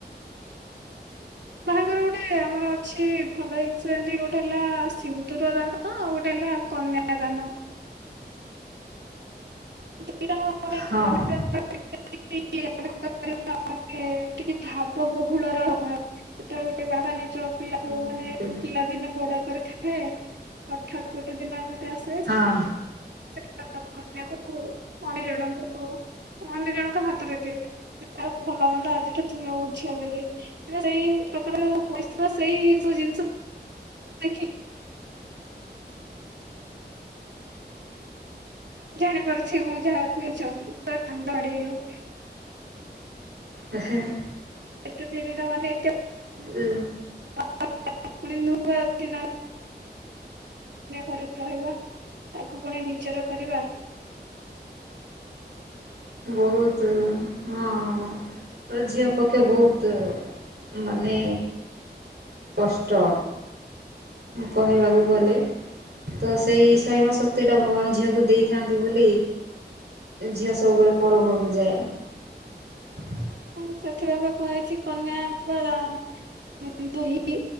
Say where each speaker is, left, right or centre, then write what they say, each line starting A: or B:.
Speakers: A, on the right (about 80°); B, on the right (about 70°).
A: ବାହାଘର ଗୋଟେ ଆମର ଅଛି ଭଲ ଜିନିଷ ଯେମିତି ଗୋଟେ ହେଲା ସିନ୍ଦୁର ଦାନ ଆଉ ଗୋଟେ ହେଲା କନ୍ୟା ଦାନ। <unintelligible>
B: ହଁ
A: ଟିକେ ଭାବ ବହୁଳ ର ସେଟ ଗୋଟେ ଭାବ ନାହିଁ ଯୋଉ ପିଲାକୁ
B: ନିହାତି
A: ମାନେ ପିଲା ଦିନ ବଡ କରିଥାଏ ଆଉ ଛୋଟ ଗୋଟେ ଦିନ ଏମତି ଆସେ
B: ହଁ।
A: <unintelligible> ଅନ୍ୟ ଜଣଙ୍କୁ ଅନ୍ୟ ଜଣଙ୍କ ହାତରେ ଦିଏ ଭଲ ମନ୍ଦ ଆଜିଟା ତୁମେ ଆଉ ବୁଝିବ ବୋଲି ସେଇ ପ୍ରକାର ପଇସା ସେଇ ଯୋଉ ଜିନିଷ ଦେଖ ଜାଣିପାରୁଛି ମୁଁ ଯାହା କହିଛନ୍ତି ପୁରା କାନ୍ଦ ମାଡ଼ିବ।
B: ଆଚ୍ଛା
A: ଏତେ ଧୀରେ ର ମାନେ ଏତେ
B: ହୁଁ
A: <unintelligible> ଫୁଣି ନୂଆ ଦିନକି ଘରେ ରହିବା ତାକୁ ପୁଣି ନିଜର କରିବା
B: ବହୁତ ହଁ ମୋର ଝିଅ ପକ୍ଷେ ବହୁତ ମାନେ କଷ୍ଟ କହିବାକୁ ଗଲେ ତ ସେଇ ସହିବା ଶକ୍ତିଟା ଭଗବାନ ଝିଅକୁ ଦେଇଥାନ୍ତି ବୋଲି ଝିଅ ସବୁବେଳେ ପର ଘରକୁ ଯାଏ।
A: ମୁଁ ସେଥିପାଇଁ ବା କୁହାଯାଇଛି କନ୍ୟା ବା ଦୁହି